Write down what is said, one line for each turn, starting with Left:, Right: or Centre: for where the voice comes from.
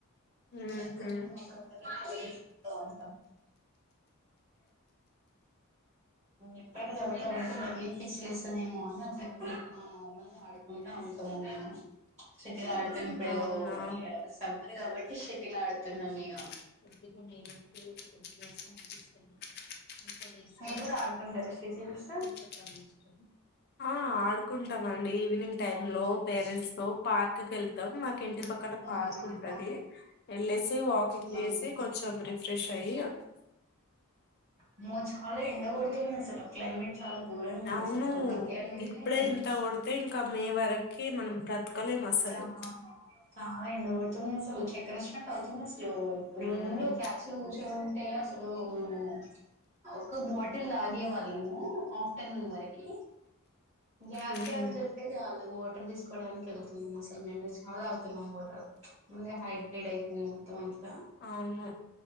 Left: ఊహూ
Right: అప్పుడప్పుడు స్టోరీస్ చదువుతా ఉంటాం ఎప్పుడైతే చవుతా ఉంటూ బదినిపించిలేస్తదేమో అని అప్పుడు ఎప్పుడుప్పుడు నార్మల్ గా ఆడుకుంటా ఉ మేము షటిల్ ఆడుతాము ఇప్పుడు
Left: అవునా
Right: సమ్మర్ కాబట్టి షిటిల్ ఆడుత వెళ్తున్నాం ఇగ
Left: <unintelligible>
Right: మీరు కూడా ఆడుకుంటారు షటిల్స్
Left: ఆ ఆడుకుంట స్తాండి ఈవినింగ్ టైమ్ లో పేరెంట్స్ లో పార్క్ వెళ్తాం ఇంటి పక్కడ
Right: ఆహా
Left: పార్క్ ఉంటది వెళ్ళసి వాక్
Right: అవును
Left: ఏసి కొంచెం రిప్ ఫ్రెష్ అయి
Right: అమ్మో చాలా ఎండ కొడుతుంది అసలు క్లైమేట్ చాలా ఘోరంగా ఉంది
Left: అవును
Right: అసలు మధ్యాహ్నము
Left: ఇప్పుడే ఇంత కొడితే ఇంకా మే వరకి మనం బ్రతకలేం అసలు
Right: చా చాలా ఎండ గొడుతుంది అసలు చక్ర <inaudible> అవుతుందా చో రూమ్
Left: మ్మ్
Right: లో క్యాష్ లో కూర్చో ఉంటే అసలు నెను ఒక బాటిల్ తాగే వాళ్ళము ఆఫ్టర్నూన్ వరకి గ్యాప్
Left: మ్మ్
Right: గ్యాప్ దొరికితే చాలు వాటర్ తీసుకోవడానికి ఎళ్ అసలు మేం గూడా చాలా తాగుతున్నాం వాటర్ ముందే హై టే డై <inaudible> మొత్తం అంతలా
Left: అవును